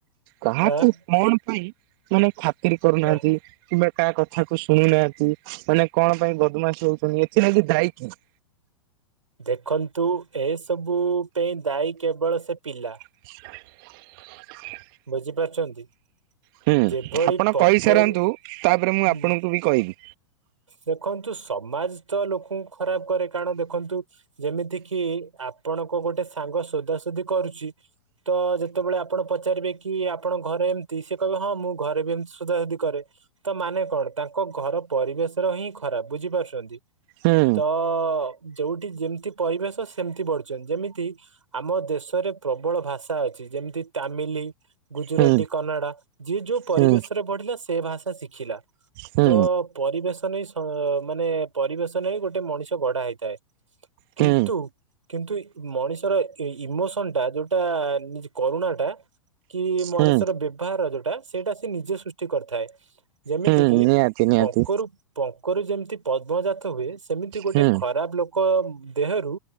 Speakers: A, on the right; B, on the right.
A: କାହାକୁ
B: ଆଁ
A: କଣ ପାଇଁ ମାନେ ଖାତିର କରୁନାହାନ୍ତି?
B: ଆଁ
A: କିମ୍ୱା କାହା କଥା କୁ ଶୁଣୁନାହାନ୍ତି ମାନେ କଣ ପାଇଁ ବଦମାସ ହଉଛନ୍ତି ଏଥିଲାଗି ଦାୟୀ କିିଏ?
B: ଦେଖନ୍ତୁ ଏସବୁ ପାଇଁ ଦାଇ କେବଳ ସେ ପିଲା।
A: <inaudible>
B: ବୁଝିପାରୁଛନ୍ତି?
A: ହୁଁ
B: ଯେଭଳି
A: ଆପଣ
B: ପଙ୍କରୁ
A: କହିସାରନ୍ତୁ ତାପରେ ମୁଁ
B: ହୁଁ।
A: ଆପଣଙ୍କୁ ବି କହିବି।
B: ଦେଖନ୍ତୁ ସମାଜ ତ ଲୋକଙ୍କୁ ଖରାପ କରେ, କାରଣ ଦେଖନ୍ତୁ ଯେମିତିକିି ଆପଣଙ୍କ ଗୋଟେ ସାଙ୍ଗ ଶୋଦା ଶୋଦି କରୁଛି ତ ଯେତେବେଳେ ଆପଣ ପଚାରିବେ କି ଆପଣଙ୍କ ଘରେ ଏମିତି ସେ କହିବ ହଁ ମୁଁ ଘରେ ବି ଏମତି ସୁଧା ସୁଧି କରେ। ତ ମାନେ କଣ, ତାଙ୍କ ଘର ପରିବେଶର ହିଁ ଖରାପ ବୁଝିପାରୁଛନ୍ତି,
A: ହୁଁ
B: ତ ଯୋଉଠି ଯେମିତି ପରିବେଶ ସେମିତି ବଢିଛନ୍ତି ଯେମିତି ଆମ ଦେଶରେ ପ୍ରବଳ ଭାଷା ଅଛି, ଯେମିତି ତାମିଲ ଗୁଜୁରାଟୀ,
A: ହୁଁ
B: କନଡ଼ା ଯିଏ ଯୋଉ ପରିବେଶରେ
A: ହୁଁ
B: ବଢିଲା ସେ ଭାଷା ଶିଖିଲା,
A: ହୁଁ
B: ତ ପରିବେଶ ନେଇଁ ସ ମାନେ ପରିବେଶ ନେଇ ହିଁ ଗୋଟେ ମଣିଷ ଗଢା ହେଇଥାଏ। କିନ୍ତୁ
A: ହୁଁ
B: କିନ୍ତୁ ମଣିଷର ଏ ଇମୋସନ ଟା ଯୋଉଟା ନି କରୁଣା ଟା। କି ମଣିଷର
A: ହୁଁ
B: ବ୍ୟବହାର ଯୋଉଟା ସେଇଟା ସେ ନିଜେ ସୃଷ୍ଟି କରିଥାଏ। ଯେମିତି
A: ହୁଁ
B: କିି
A: ନିହାତି ନିହାତି
B: ପଙ୍କରୁ ପଙ୍କରୁ ଯେମିତି ପଦ୍ମଜାତ ହୁଏ। ସେମିତି ଗୋଟେ
A: ହୁଁ
B: ଖରାପ ଲୋ କ ଦେହରୁ